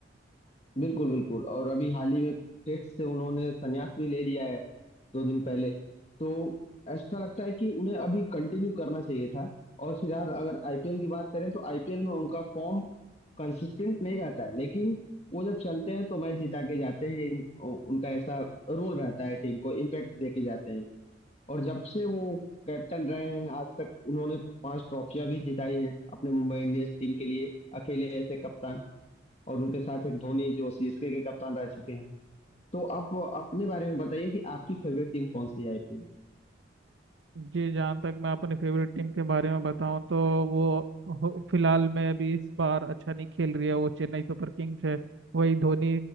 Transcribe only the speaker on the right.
जी जहाँ तक मैं अपनी फेवरेट टीम के बारे में बताऊं तो वो हो- फिलहाल में अभी इस बार अच्छा नहीं खेल रही है वो चेन्नई सुपर किंग्स है वही धोनी